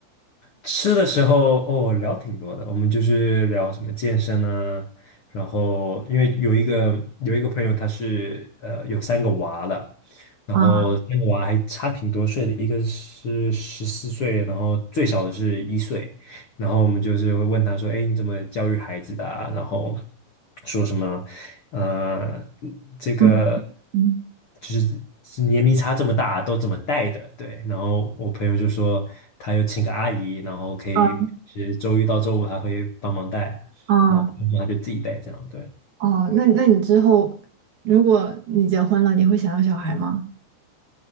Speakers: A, on the left; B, on the right.
A: 吃的时候哦，聊挺多的，我们就是聊什么健身啊，然后因为有一个有一个朋友他是呃有三个娃的，然后三个娃还差挺多岁的，
B: 啊，
A: 一个是十四岁，然后最小的是一岁，然后我们就是会问他说：“哎，你怎么教育孩子的啊？”然后说什么呃，这个
B: 嗯嗯
A: 就是是年龄差这么大都怎么带的？对。然后我朋友就说他有请个阿姨，然后可以是周一到周五他会帮忙带，
B: 啊，呃哦
A: 然后他就自己带这样。对，
B: 哦，那那你之后，如果你结婚了，你会想要小孩吗？